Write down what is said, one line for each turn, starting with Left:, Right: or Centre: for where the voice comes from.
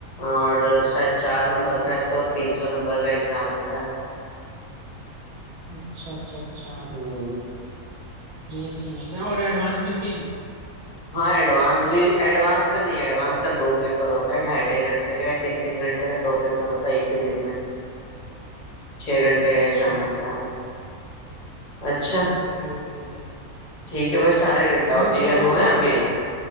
Left: और शायद चार नंबर
Right: ओके।
Left: का है तो तीन सौ नंबर का एग्जाम होता है
Right: अच्छा अच्छा अच्छा
Left: हम्म
Right: ये सीन है क्या और एडवांस भी सेम
Left: हाँ एडवांस भी एडवांस का नहीं एडवांस का दो पेपर होता है ढाई ढाई घंटे का या तीन तीन घंटे का दो पेपर होता है एक ही दिन में छह घंटे
Right: अच्छा
Left: का एग्जाम होता है अच्छा
Right: ओके ओके
Left: ठीक है भाई सारे डाउट
Right: हाँ
Left: क्लियर
Right: तो हाँ
Left: हुए अभी